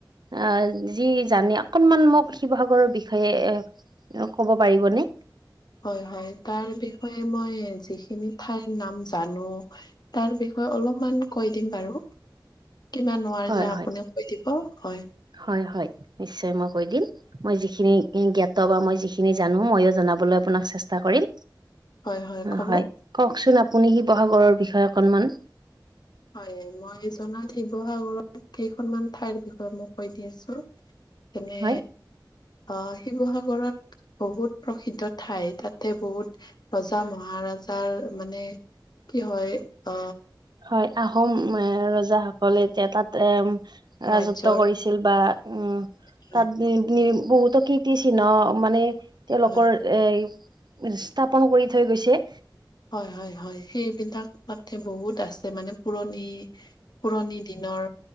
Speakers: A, on the right; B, on the left.
A: অ' যি জানে অকনমান মোক শিৱসাগৰৰ বিষয়ে এ ক'ব পাৰিবনে?
B: হয় হয় তাৰ বিষয়ে মই যিখিনি ঠাইৰ নাম জানো তাৰ বিষয়ে অলপমান কৈ দিম বাৰু কিবা নোৱাৰিলে
A: হয়
B: আপুনি
A: হয়
B: কৈ দিব হয়
A: হয় হয় নিশ্চয় মই কৈ দিম মই যি যিখিনি জ্ঞাত বা মই যিখিনি জানো ময়ো জনাবলৈ আপোনাক চেষ্টা কৰিম
B: হয় ক'ব
A: হয় কওকচোন আপুনি শিৱসাগৰৰ বিষয়ে অকনমান
B: হয় মই জনাত শিৱসাগৰত কেইখনমান ঠাইৰ বিষয়ে মই কৈ দি আছো যেনে
A: হয়।
B: অ শিৱসাগৰত বহুত প্ৰসিদ্ধ ঠাই তাতে বহুত ৰজা মহাৰাজাৰ মানে কি হয় অ
A: হয় আহোম এ ৰজাসকলে এতিয়া তাত এ ৰাজত্ব
B: ৰাজ্যৰ
A: কৰিছে বা উম
B: হয়
A: তাত বহুতো কীৰ্তি চিহ্ন মানে তেওঁলোকৰ
B: হয়
A: এই স্থাপন কৰি থৈ গৈছে
B: হয় হয় হয় সেইবিলাক তাতে বহুত আছে মানে পুৰণি পুৰণি দিনৰ